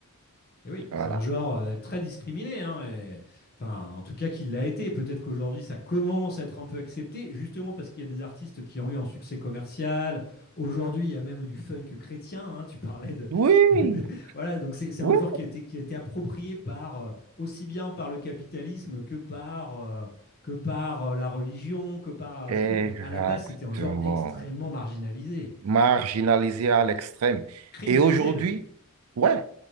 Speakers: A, on the left; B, on the right.
A: Et oui,
B: Voilà.
A: c'est un genre euh, très discriminé, hein, et- enfin, en tout cas qu'il l'a été. Peut-être qu'aujourd'hui ça commence à être un peu accepté, justement parce qu'il y a des artistes qui ont eu un succès commercial. Aujourd'hui, il y a même du funk chrétien. hein, tu parlais de,
B: Oui,
A: <laughs> de- de- voilà, donc c'est c'est
B: oui,
A: un genre qui a été, qui a été approprié par euh, aussi bien par le capitalisme que par euh, que par euh, la religion, que par
B: exactement.
A: euh, tout. Mais à la base, c'était un genre extrêmement marginalisé,
B: Marginalisé à l'extrême.
A: criminalisé
B: Et aujourd'hui,
A: même.
B: ouais,